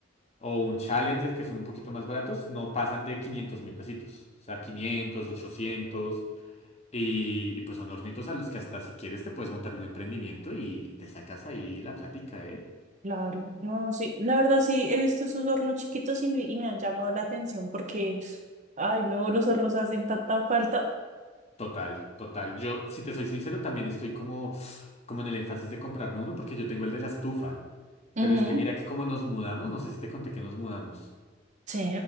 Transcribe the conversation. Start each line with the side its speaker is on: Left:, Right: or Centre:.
Left: o un Challenger, que son un poquito más baratos, no pasan de quinientos mil pesitos. O sea, 500, 800. Y, y, pues son hornitos a los que hasta si quieres te puedes montar un emprendimiento y te sacas ahí la plática, ¿eh?
Right: Claro, no, sí, la verdad sí, he visto esos hornos chiquitos y, y me han llamado la atención porque, ay, no, los hornos hacen tanta falta.
Left: Total, total. Yo, si te soy sincero, también estoy como, como en el énfasis de comprarme uno porque yo tengo el de la estufa.
Right: Ujú.
Left: Pero es que mira que como nos mudamos, no sé si te conté que nos mudamos.
Right: Sí.